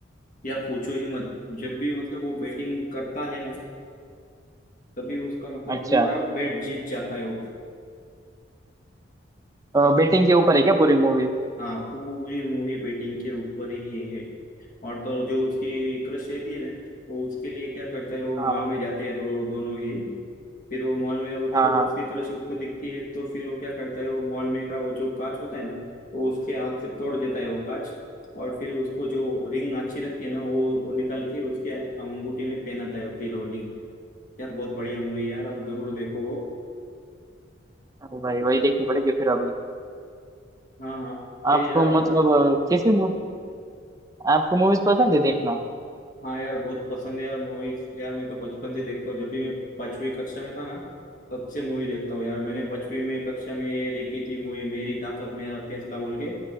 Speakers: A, on the left; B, on the right.
A: या पूछो ही मत जब भी मतलब वो बैटिंग करता है ना तभी उसका मतलब
B: अच्छा
A: पूरा बैट जीत जाता है वो
B: बेटिंग के ऊपर है क्या पूरी मूवी
A: हाँ पूरी मूवी बेटिंग के ऊपर ही है और तो और जो उसकी क्रश रहती है ना वो उसके लिए क्या करता है वो
B: हाँ
A: मॉल में जाते हैं दो दोनों ही फिर वो मॉल में उसको
B: हाँ हाँ
A: उसकी क्रश उसको दिखती है तो फिर वो क्या करता है वो मॉल में का वो जो कांच होता है ना वो उसके हाथ से तोड़ देता है वो कांच और फिर उसको जो रिंग अच्छी लगती है ना वो वो निकाल के उसके अंगूठी में पहनाता है वो फिर वो रिंग यार बहुत बढ़िया मूवी यार आप जरूर देखो वो।
B: अरे भाई वही देखनी पड़ेगी फिर अभी
A: हाँ हाँ फिर
B: आपको
A: यार आपने
B: मतलब अ, कैसी मू- आपको मूवीज पसंद है देखना
A: हाँ यार बहुत पसंद है यार मूवीज यार मैं तो बचपन से देखता हूँ जब भी मैं पांचवी कक्षा में था ना तब से मूवी देखता हूँ यार मैंने पांचवी में कक्षा में ये देखी थी मूवी मेरी ताकत मेरा फैसला बोल के